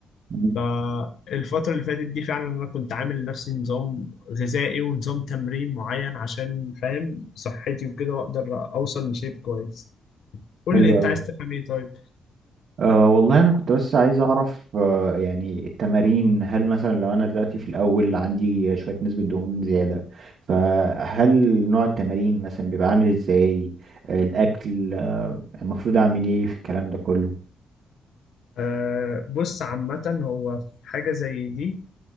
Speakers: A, on the right; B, on the left.
A: مم.
B: فالفترة اللي فاتت دي فعلا أنا كنت عامل لنفسي نظام غذائي ونظام تمرين معين عشان فاهم صحتي وكده وأقدر أوصل لشيب كويس قول
A: حلو
B: لي أنت
A: أوي
B: عايز تفهم إيه طيب؟
A: أه والله انا كنت بس عايز اعرف أه يعني التمارين هل مثلا لو انا دلوقتي في الاول عندي شوية نسبة دهون زيادة فهل نوع التمارين مثلا بيبقى عامل ازاي آه، الاكل آه، المفروض اعمل ايه في الكلام ده كله
B: أه بص عامة هو في حاجة زي دي